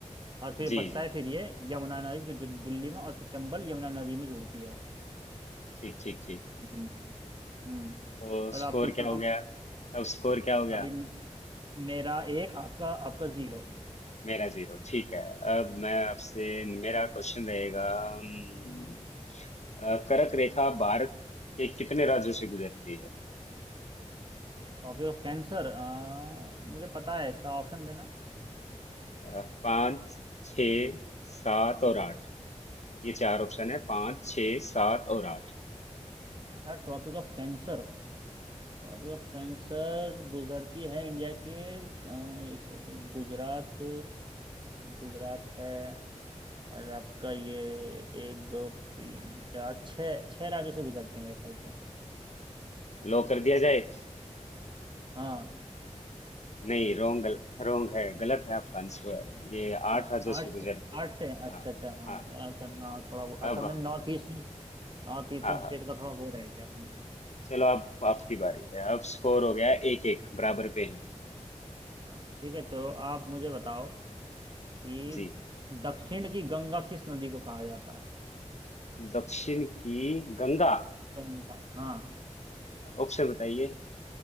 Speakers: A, on the right; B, on the left.
A: और फिर
B: जी
A: बसता
B: जी
A: है फिर ये यमुना नदी जो जग- दिल्ली में और तो चंबल यमुना नदी में जुड़ती है
B: ठीक ठीक ठीक
A: हम्म, हम्म
B: तो
A: चलो
B: स्कोर
A: आप पूछो
B: क्या हो गया
A: अब
B: अब स्कोर क्या हो गया
A: अभी म- मेरा एक आपका आपका जीरो
B: मेरा जीरो ठीक है अब मैं आपसे मेरा क्वेश्चन रहेगा अम, अ, कर्क रेखा भारत के कितने राज्यों से गुजरती है
A: टॉपिक ऑफ कैंसर मुझे पता है इसका ऑप्शन देना
B: अ, पाँच छ सात
A: हम्म।
B: और आठ ये चार ऑप्शन है पाँच छ सात और आठ
A: यार tropic of cancer tropic of cancer गुजरती है इंडिया के अ, एक सेकेंड गुजरात गुजरात है और आपका ये एक दो तीन चार छः छः राज्यों से गुजरती है मेरे ख्याल से
B: लो कर दिया जाए
A: हाँ
B: नहीं रोंग रोंग है गलत है आपका आंसर ये आठ
A: आ-
B: राज्यों
A: आठ
B: से
A: से
B: गुजरती है
A: आठ से अच्छा
B: हाँ
A: अच्छा
B: हाँ
A: हाँ
B: हाँ हाँ
A: आ, करना थोड़ा
B: हाँ।
A: वो असल
B: अब
A: में north eastern north eastern
B: हाँ हाँ
A: state का थोड़ा वो रह गया हम्म,
B: चलो अब आपकी बारी है अब स्कोर हो गया एक एक बराबर पे हैं
A: हाँ ठीक है तो आप मुझे बताओ कि
B: जी
A: दक्षिण की गंगा किस नदी को कहा जाता है
B: दक्षिण की गंगा
A: गंगा हाँ
B: ऑप्शन बताइए